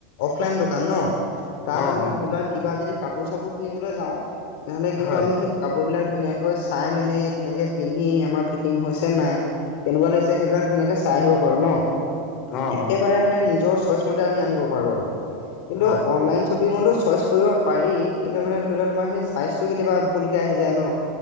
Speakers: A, on the left; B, on the left.
A: অফলাইন দোকান ন, তাত
B: অ
A: আমি
B: অ
A: ধৰি লোৱা কিবা যদি কাপোৰ চাপোৰ কিনিবলৈ যাওঁ তেনেহ'লে কি হ'ব
B: হয়
A: আমি সেই কাপোৰ বিলাক ধুনীয়াকৈ চাই মেলি ধুনীয়াকৈ পিন্ধি আমাৰ ফিটিং হৈছেন নাই কেনেকুৱা লাগছে সেইবিলাক ধুনাকে চাই আহিব পাৰো ন?
B: অ
A: একেবাৰে
B: অ
A: মানে আমি নিজৰ ছয়চ নতে আনিব পাৰোঁ‌ আৰু, কিন্তু
B: হয়
A: অনলাইন শ্ব ছপিঙটো চইচ কৰিব পাৰি কিন্তু মানে ধৰি লোৱা তোমাৰ সেই চাইজটো কেতিয়াবা ভুলক আহি যায় ন।